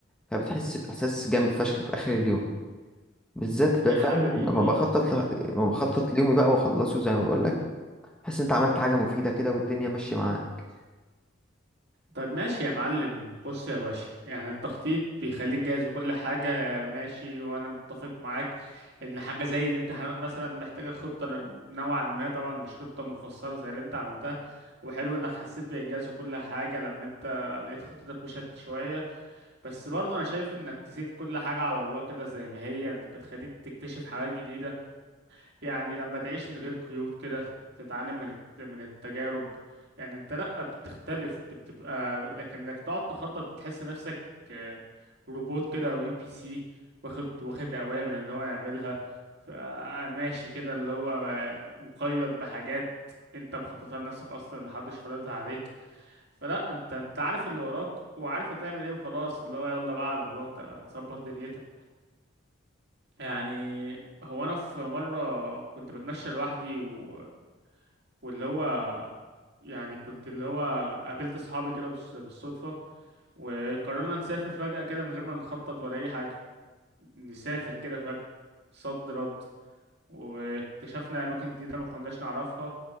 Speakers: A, in the centre; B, on the right.
A: فبتحس باحساس جامد فشخ في اخر اليوم بالذات
B: يا
A: بقى فاهم
B: حبيبي
A: لما بخطط ل... لما بخطط ليومي بقى واخلصه زي ما بقول لك بحس إن انت عملت حاجه مفيده كده والدنيا ماشيه معاك
B: طيب ماشي يا معلم بص يا باشا يعني التخطيط بيخليك جاهز وكل حاجة ماشي وأنا متفق معاك إن حاجة زي الامتحانات مثلا محتاجة خطة ن- نوعا ما طبعا مش خطة مفصلة زي اللي أنت عملتها وحلو إنك حسيت بإنجاز وكل حاجة لما أنت لقيت خطتك مشت شوية بس برضه أنا شايف إنك تسيب كل حاجة على الله كده زي ما هي بتخليك تكتشف حاجات جديدة يعني لما تعيش من غير قيود كده تتعلم من الت- من التجارب يعني انت لا بتختلف بتبقى لكنك تقعد تخطط بتحس نفسك آه، روبوت كده او ام بي سي واخد واخد اوامر ان هو يعملها ف- ماشي كده اللي هو مقيد بحاجات انت مخططها لنفسك اصلا محدش فرضها عليك فلا انت انت عارف اللي وراك وعارف هتعمل ايه وخلاص اللي هو يلا بقى على الله ت- تظبط دنيتك يعني هو انا في مره كنت بتمشى لوحدي و... واللي هو يعني كنت اللي هو قابلت اصحابي كده بالص- بالصدفه وقررنا نسافر فجاه كده من غير ما نخطط ولا اي حاجه نسافر كده فجاه صد رد واكتشفنا اماكن جديده ما كناش نعرفها